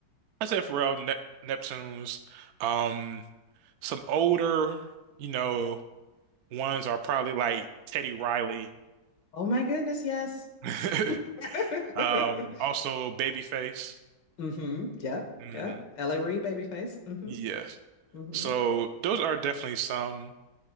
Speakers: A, on the right (about 65°); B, on the left (about 75°).
A: I said Pharrell, Nep Neptunes, um some older, you know, ones are probably like Teddy Riley.
B: Oh my goodness, yes.
A: <laughs>
B: <laughs>
A: Um also Babyface.
B: Mm-hmm. Yep.
A: Mm,
B: Yep. L.A. Reid, babyface. Mm-hmm.
A: yes.
B: Mm-hmm.
A: So those are definitely some.